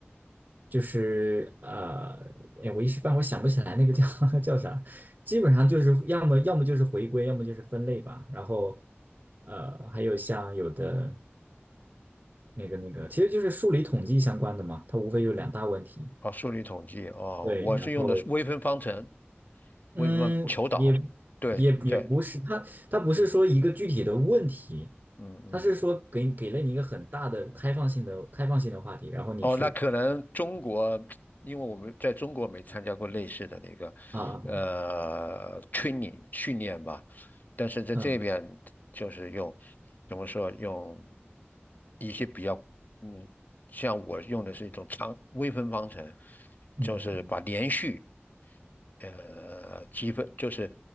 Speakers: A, on the right (about 45°); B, on the left (about 40°).
A: 就是呃，哎，我一时半会儿想不起来那个叫 <laughs> 叫啥，基本上就是要么要么就是回归，要么就是分类吧。然后呃，还有像有的那个那个，其实就是数理统计相关的嘛，它无非就两大问题。
B: 哦，数理统计哦，
A: 对，
B: 我是用的是微分方程，
A: 然后嗯，
B: 为什么求岛？
A: 也
B: 对，
A: 也也不是，
B: 在
A: 他他不是说一个具体的问题，
B: 嗯嗯嗯，
A: 他是说给给了你一个很大的开放性的开放性的话题，然后你去
B: 哦，那可能中国，因为我们在中国没参加过类似的那个
A: 啊嗯
B: 呃 training 训练吧，但是在这边就是用
A: 嗯
B: 怎么说用一些比较嗯，像我用的是一种长微分方程，
A: 嗯嗯，
B: 就是把连续。呃积分，就是